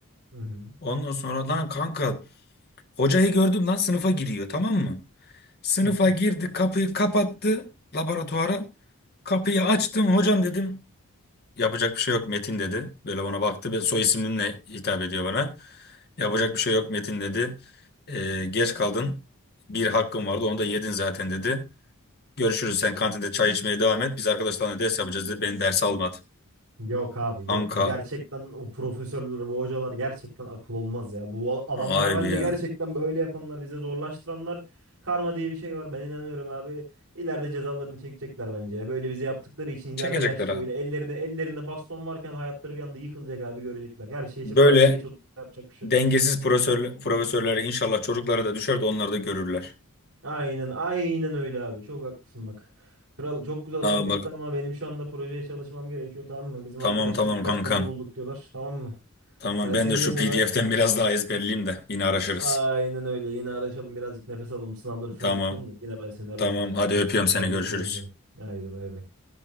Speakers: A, on the right; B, on the left.
A: Hı hı.
B: Ondan sonra lan kanka hocayı gördüm lan sınıfa giriyor tamam mı? Sınıfa
A: <laughs>
B: girdi kapıyı kapattı laboratuvara. Kapıyı açtım hocam dedim. Yapacak bir şey yok Metin dedi. Böyle bana baktı ve soy isminle hitap ediyor bana. Yapacak bir şey yok Metin dedi. "Ee, geç kaldın. Bir hakkın vardı onu da yedin zaten dedi. Görüşürüz sen kantinde çay içmeye devam et. Biz arkadaşlarla ders yapacağız dedi. Beni derse almadı.
A: Yok abi
B: anka
A: yok. Bu gerçekten o profesörler, bu hocalar gerçekten akıl olmaz ya. Bu a-
B: harbi
A: adamlar bence
B: ya.
A: gerçekten böyle yapanlar, bize zorlaştıranlar. Karma diye bir şey var. Ben inanıyorum abi. İleride cezalarını çekecekler bence ya. Böyle bize yaptıkları için
B: Çekecekler
A: ileride yaşlı
B: abi.
A: böyle ellerine ellerinde baston varken hayatları bir anda yıkılacak abi görecekler. Her şey için
B: Böyle
A: bazen geç olup yapacak bir şey
B: Dengesiz
A: yok.
B: profesör, profesörlere inşallah çocuklara da düşer de onlar da görürler.
A: Aynen, aynen öyle abi. Çok haklısın bak. Kral çok güzel
B: Aa
A: sohbetti
B: bak
A: ama benim şu anda projeye çalışmam gerekiyor tamam mı? Bizim
B: tamam
A: arkadaşlar
B: tamam
A: birkaç
B: kankam.
A: bulgu bulduk diyorlar tamam mı?
B: Tamam
A: Ben
B: ben
A: seni
B: de şu
A: yeniden
B: PDF'ten
A: a-
B: biraz daha ezberleyeyim de yine araşırız.
A: aynen öyle yine araşalım birazcık nefes alalım sınavları falan
B: Tamam
A: atlatalım da yine ben seni ararım
B: tamam
A: güzelim
B: hadi
A: tamam.
B: öpüyorum seni
A: Hadi
B: görüşürüz.
A: öpüyorum seni. Haydi bay bay.